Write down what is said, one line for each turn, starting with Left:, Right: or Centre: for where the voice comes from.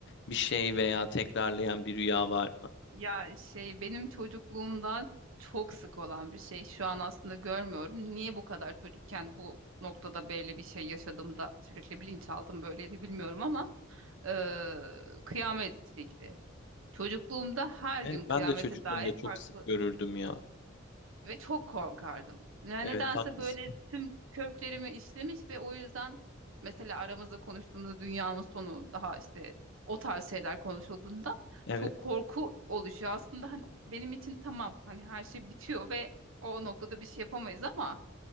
Left: bir şey veya tekrarlayan bir rüya var mı?
Right: Ya şey benim çocukluğumda çok sık olan bir şey. Şu an aslında görmüyorum. Niye bu kadar çocukken bu noktada belli bir şey yaşadım da sürekli bilinçaltım böyleydi bilmiyorum ama eee, kıyamet fikri. Çocukluğumda her
Left: Evet
Right: gün kıyamete
Left: ben de çocukluğumda
Right: dair
Left: çok
Right: farklı
Left: sık görürdüm ya.
Right: ve çok korkardım. Yani
Left: Evet
Right: nedense
Left: haklısın.
Right: böyle tüm köklerimi işlemiş ve o yüzden mesela aramızda konuştuğumuzda dünyanın sonu daha işte o tarz şeyler konuşulduğunda
Left: Evet
Right: çok korku oluşuyor. Aslında hani benim için tamam hani her şey bitiyor ve o noktada bir şey yapamayız ama